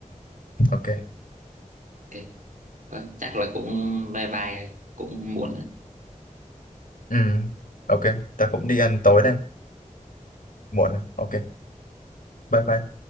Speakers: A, on the left (about 85°); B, on the right (about 75°).
A: ok
B: ok Thôi, chắc là cũng bye bye cũng muộn
A: Ừ, ok, ta cũng đi ăn tối đây, muộn rồi, ok, bye bye.